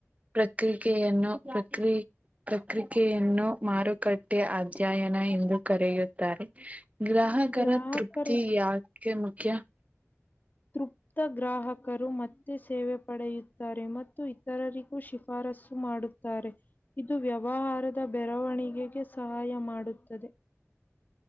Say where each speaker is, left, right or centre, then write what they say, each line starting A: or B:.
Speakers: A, on the right (about 30°); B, on the left (about 35°).
A: ಪ್ರಕ್ರಿಕೆಯನ್ನು ಪ್ರಕ್ರಿ ಪ್ರಕ್ರಿಕೆಯನ್ನು ಮಾರುಕಟ್ಟೆ ಅಧ್ಯಾಯನ ಎಂದು ಕರೆಯುತ್ತಾರೆ ಗ್ರಾಹಕರ
B: ಗ್ರಾಹಕರು
A: ತೃಪ್ತಿ ಯಾ <unintelligible> ಮುಖ್ಯ
B: ತೃಪ್ತ್ ಗ್ರಾಹಕರು ಮತ್ತೆ ಸೇವೆ ಪಡೆಯುತ್ತಾರೆ ಮತ್ತು ಇತರರಿಗೂ ಶಿಫಾರಸ್ಸು ಮಾಡುತ್ತಾ ತ್ತಾರೆ ಇದು ವ್ಯವಹಾರದ ಬೆರವಣಿಗೆಗೆ ಸಹಾಯ ಮಾಡುತ್ತದೆ.